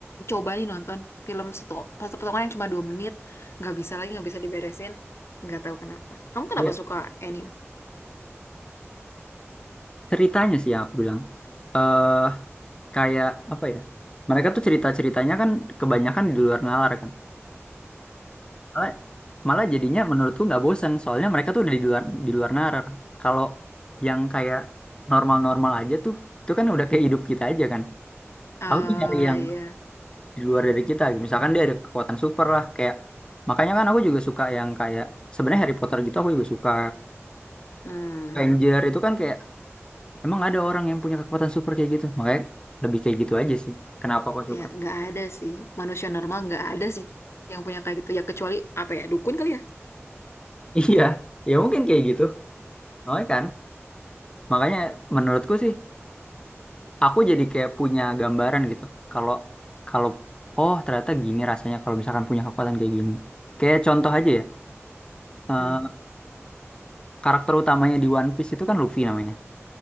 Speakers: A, on the left; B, on the left.
A: coba nih nonton film satu satu potongan yang cuma dua menit nggak bisa lagi nggak bisa diberesin nggak tahu kenapa kamu kenapa
B: Iya.
A: suka anime
B: Ceritanya sih yang aku bilang. Eh kayak apa ya mereka tuh cerita ceritanya kan kebanyakan di luar nalar kan malah malah jadinya menurutku nggak bosen soalnya mereka tuh udah di luar di luar nalar kalau yang kayak normal normal aja tuh itu kan udah kayak hidup kita aja kan
A: ah
B: aku tuh nyari yang
A: iya
B: di luar dari kita gitu. misalkan dia ada kekuatan super lah kayak makanya kan aku juga suka yang kayak sebenarnya Harry Potter gitu aku juga suka
A: hmm
B: Ranger itu kan kayak emang ada orang yang punya kekuatan super kayak gitu makanya lebih kayak gitu aja sih kenapa aku suka
A: ya nggak ada sih manusia normal nggak ada sih yang punya kayak gitu ya kecuali apa ya dukun kali ya
B: <laughs> iya ya mungkin kayak gitu Soalnya kan, makanya menurutku sih, aku jadi kayak punya gambaran gitu. Kalau kalau oh ternyata gini rasanya kalau misalkan punya kekuatan kayak gini. Kayak contoh aja ya, eh,
A: hmm.
B: karakter utamanya di One Piece itu kan Luffy namanya.